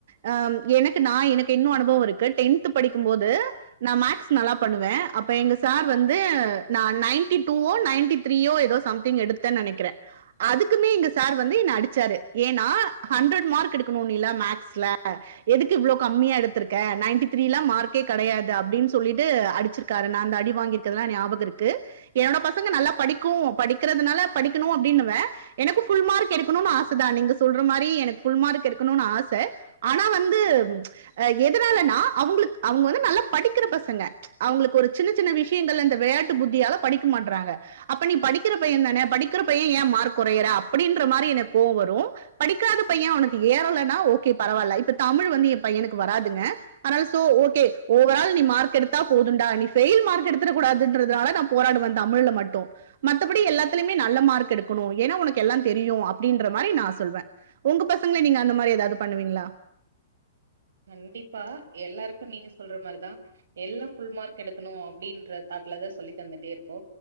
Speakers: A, on the right; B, on the right.
A: ஆ எனக்கு நா எனக்கு இன்னும் அனுபவம் இருக்கு டென்த் படிக்கும் போது நா மேக்ஸ் நல்லா பண்ணுவே அப்ப எங்க சார் வந்து ந்து நா நயண்டி டூவோ நயண்டி த்ரீயோ ஏதோ சம்திங் எடுத்தேன்னு நெனைக்கிறே அதுக்குமே எங்க சார் வந்து என்ன அடிச்சாரு ஏன்னா ஹண்ட்ரட் மார்க் எடுக்கணும் நீல்லா மேக்ஸ்ல எதுக்கு இவ்ளோ கம்மியா எடுத்திருக்க நயன்டி த்ரீல்லா மார்கே கெடையாது அப்டின்னு சொல்லிட்டு அடிச்சிரு க்காரு நா அந்த அடி வாங்கிருக்கதா ஞாபகம் இருக்கு என்னோட பசங்க நல்லா படிக்கும் படிக்கிறதுனால படிக்கணும் அப்டின்னுவே எனக்கு ஃபுல் மார்க் எடுக்கணும்னு ஆச தா நீங்க சொல்ற மாரி எனக்கு ஃபுல் மார்க் எடுக்கனுன்னு ஆச ஆனா வந்து எதனாலன்னா அவங்களுக்கு அவங்க வந்து நல்லா படிக்கிற பசங்க அவங்களுக்கு ஒரு சின்ன சின்ன விஷ் ஷயங்கள் அந்த விளையாட்டு புத்தியால படிக்க மாட்றாங்க அப்ப நீ படிக்கிற பையே தான படிக்கிற பையே ஏ மார்க் கொறையற அப்டின்ற மாரி எனக்கு கோவோ வரும் படிக்காத பையன் உனக்கு ஏறலேன்னா ஓகே பரவால்ல இப்ப தமிழ் வந்து ஏ பையனுக்கு வராதுங்க அதனால சோ ஓகே ஓவரால் நீ மார்க் எடுத்தா போதுண்டா நீ ஃபெயில் மார்க் எடுத்த த்துற கூடாதுன்றதால நா போராடுவே தமிழ்ல மட்டும் மத்தபடி எல்லாத்துலயுமே நல்ல மார்க் எடுக்கணும் ஏன்னா உனக்கு எல்லாம் தெரியும் அப்டின்ற மாரி நா சொல்வே உங்க பசங்கள நீங்க அந்த மாரி ஏதாவது பண்ணுவீங்களா
B: கண்டிப்பா எல்லாருக்கும் நீங்க சொல்ற மாரிதா எல்லா ஃபுல் மார்க் எடுக்கணு அப்டின்ற தாட்டுலதா சொல்லி தந்துட்டே இருப்போ